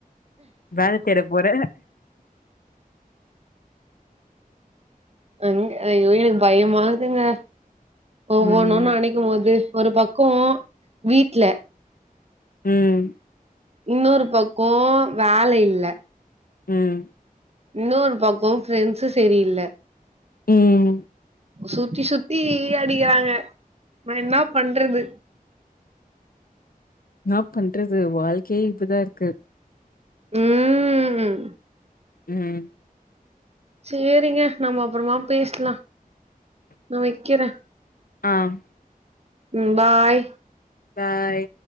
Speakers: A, on the left; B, on the right.
A: வேல தேட போற
B: எங்க ஐயோ எனக்கு பயமா இருக்குங்க ஒவ்வொன்னு
A: ம்
B: நெனைக் கும்போது ஒரு பக்கோ வீட்ல
A: உம்
B: இன்னொரு பக்கோ வேலை இல்ல
A: உம்
B: இன்னொரு பக்கோ ஃப்ரெண்ட்ஸு செரியில்ல
A: உம்
B: சுத்தி சுத்தி ஈ அடிக்கிறாங்க நா என்ன பண்டறது
A: என்னா பண்டறது வாழ்க்கையே இப்டி தா இருக்கு
B: உம்
A: உம்
B: சேரிங்க நம்ம அப்றோமா பேசலா நா வைக்கிறே
A: ஆம்
B: உம் பாய்
A: பாய்